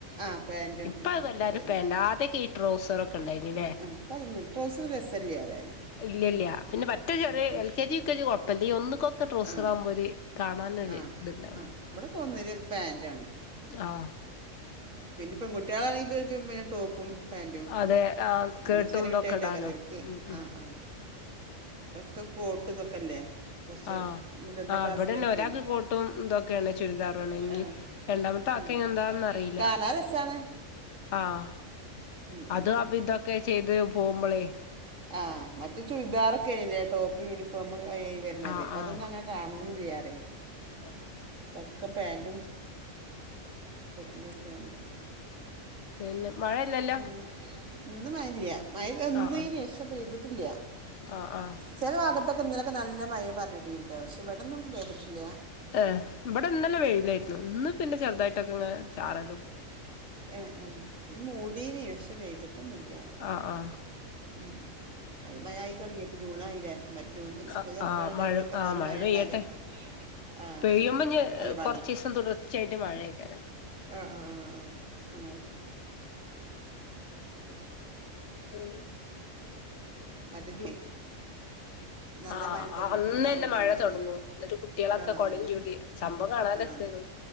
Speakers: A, on the right (about 70°); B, on the left (about 60°).
A: ആഹ് പാന്റും
B: ഇപ്പതെല്ലാരും
A: ഉം ഇതന്നെ
B: പാന്റാ ആതികി ട്രോസറൊക്കെ ഉണ്ടായിനില്ലേ
A: ആഹ് ഇപ്പം അതൊന്നും ട്രൗസർ രസല്ല പറയാന്
B: ഇല്ല്യല്ല പിന്നെ പറ്റേ ചെലെ
A: ഉം ഉം
B: L K G U K G കൊപ്പല്ല ഈ ഒന്ന്ക്കൊക്കെ ഡ്രോസറാവുമ്പോ
A: ആഹ്
B: ഒര് കാണാനൊര്
A: ആഹ്
B: ഇത്ണ്ടാവും
A: ആഹ് ഇവിട്പ്പൊന്നില് പാന്റാണ്
B: ആഹ്
A: പിന്നെ പെംകുട്ടികളാണെങ്കിപ്പ്ത്ക്ക് മേ ടോപ്പും പാന്റു
B: അതെ ആഹ്
A: <unintelligible>
B: സ്കേർട്ടും
A: ചെറിയ
B: ഇതൊക്കെ
A: കുട്ട്യായിട്ടേക്കാറോ
B: ഇടാലോ
A: ഒര്ക്ക്
B: ഉം ഉം
A: ആഹ് ആഹ് ഇപ്പൊക്കെ കോട്ട് ഇതൊക്കെല്ലേ കൊറച്ച്
B: ആഹ്
A: മുതിർന്ന
B: ആഹ്
A: ക്ലാസ്സിലൊക്കെ
B: ഇവിടെന്നെ ഒരാൾക്ക് കോട്ടും ഇതൊക്കെയാണ് ചുരിദാറുവാണിന്നി
A: ആഹ്
B: രണ്ടാമത്തെ ആൾക്ക്
A: ആഹ്
B: എന്താന്നറിയില്ല
A: കാണാൻ രസാണ്
B: ആഹ്
A: ഉം
B: അത്
A: ഉം ഉം
B: അബീതൊക്കെ ചെയ്ത് പോവുമ്പോളെ
A: ആഹ് മറ്റേ ചുരിദാറൊക്കെണല്ലേ ടോപ്പ് യൂണിഫോം അയ്ആയി വെര്ണത്
B: ആഹ്
A: ഇപ്പൊ
B: ആഹ്
A: അതൊന്നും അങ്ങനെ കാണ്ന്നില്യാര്ക്കു
B: <inaudible>
A: കക്ക പാൻറും ഇതൊക്കെയാണ്
B: പിന്നെ മഴയല്ല
A: പിന്ന ഇന്ന് മല്ല മഴ ഒന്
B: ആഹ്
A: രക്ഷ പെയ്തിട്ടില്ല
B: ആഹ് ആഹ്
A: ചെല ഭാകത്തൊക്കെ ഇന്നലൊക്കെ നല്ല മഴ പറഞ്ഞിട്ടി ട്ടോ പക്ഷെ ഇവിടൊന്നും പെയ്തിട്ടില്ല
B: ഏഹ് ഇവിടെ ഇന്നല വെഴിയിലായിരുന്നു ഇന്ന് പിന്നെ ചെറുതായിട്ടൊക്കെ ഇങ്ങ ചാറലും
A: ഏഹ് ഏഹ് ഇന്ന് മൂടീന് പക്ഷെ പെയ്തിട്ടൊന്നുല്ല്യാ
B: ആഹ് ആഹ്
A: ഉം ഉം അതേ മഴ ആയി തുടങ്ങിയപ്പ ജൂണയില്ലേ മറ്റ ജൂണിൽ സ്കൂൾ
B: ആഹ്
A: തുറക്കണ
B: ആഹ്
A: ടൈമിലൊക്കെ
B: മഴ
A: എന്തൂരം
B: ആഹ് മഴ
A: മായണ്ടാലേ
B: പെയ്യട്ടെ
A: ആഹെ
B: പെയ്യുമ്പോ ഇഞ്ഞ്
A: അല്ല
B: കൊറച്ചീസം തുടർച്ചയായിട്ട് മഴേക്കാരം
A: ആഹ് ആഹ് ആഹ് ആഹ് അഹ്
B: പിന്നെ
A: <unintelligible> നല്ല
B: ആഹ്
A: മഴണ്ടല്ലോ
B: അന്നന്നെ മഴ
A: അറ
B: തൊടങ്ങും എന്നിട്ട് കുട്ടികളൊക്കെ
A: ആഹ്
B: കൊടേം
A: ആഹ്
B: ചൂടി സംഭവം കാണാൻ രസേനു
A: ആഹ്